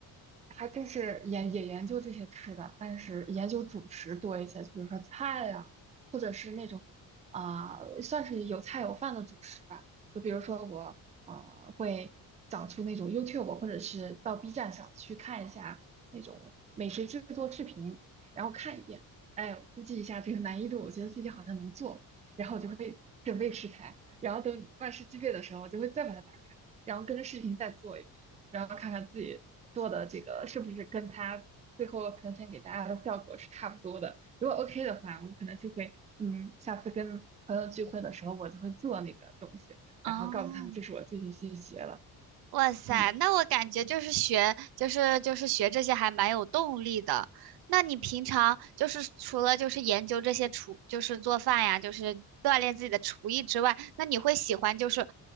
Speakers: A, on the right; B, on the right.
A: 还真是研也研究这些吃的，但是研究主食多一些，就比如说菜呀、或者是那种啊、算是有菜有饭的主食吧。就比如说我呃会找出那种 YouTube 或者是到 B 站上去看一下那种美食制作视频，然后看一遍，哎，估计一下这个难易度，我觉得自己好像能做，然后我就会准备食材，然后等万事俱备的时候，我就会再把它打开，然后跟着视频再做一遍。然后看看自己做的这个是不是跟他最后呈现给大家的效果是差不多的。如果 OK 的话，我可能就会，嗯，下次跟朋友聚会的时候，我就会做那个东西，
B: 哦，
A: 然后告诉他们这是我最近新学了。
B: 哇塞，
A: 嗯。
B: 那我感觉就是学，就是就是学这些还蛮有动力的。那你平常就是除了就是研究这些厨，就是做饭呀，就是锻炼自己的厨艺之外，那你会喜欢就是